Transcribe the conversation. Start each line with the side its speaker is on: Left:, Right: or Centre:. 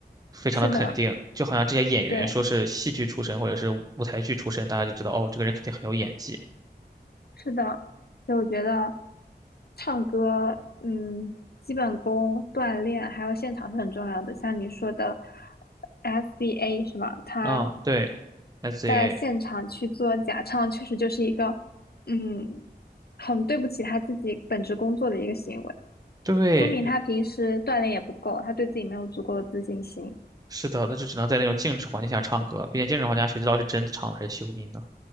Right: 非常的肯定。
Left: 是的，
Right: 就好像这些演员说是戏剧出身或者是舞台剧出身，
Left: 对。
Right: 大家就知道哦，这个人肯定很有演技
Left: 是的，就我觉得唱歌，嗯，基本功、锻炼还有现场是很重要的。像你说的 s d a 是吗？他
Right: 啊。对，SZA，
Left: 在现场去做假唱，确实就是一个，嗯，很对不起他自己本职工作的一个行为，
Right: 对，
Left: 说明他平时锻炼也不够，他对自己没有足够的自信心。
Right: 是的，他就只能在那种静止环境下唱歌，并且静止环境下谁知道是真的唱了还是修音呢？